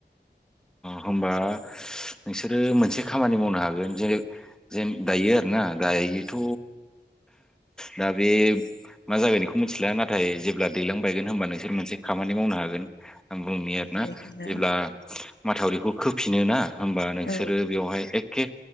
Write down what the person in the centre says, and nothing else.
होमबा नोंसोरो मोनसे खामानि मावनो हागोन जे जेन दायो आरोना दायोथ' दा बे मा जागाय बेखौ मिथिला नाथाय जेब्ला दैलां बायगोन होनबा नोंसोर मोनसे खामानि मावनो हागोन आं बुंनि आरोना
जेब्ला माथावरिखौ खोफिनो ना होमबा नोंसोरो
बेवहाय एखे